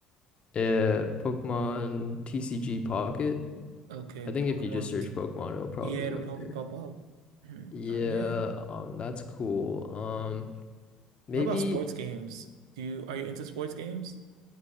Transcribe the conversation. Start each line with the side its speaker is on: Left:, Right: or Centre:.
Left: Uh, Pokemon TCG Pocket.
Right: Okay,
Left: I think
Right: Pokemon
Left: if you just search
Right: T.
Left: Pokemon, it'll probably
Right: Yeah, it'll
Left: be up
Right: probably
Left: there.
Right: pop up. Mm,
Left: Yeah,
Right: uh, yeah.
Left: um, that's cool. Um,
Right: Mm.
Left: maybe
Right: What about sports games? Do you are you into sports games?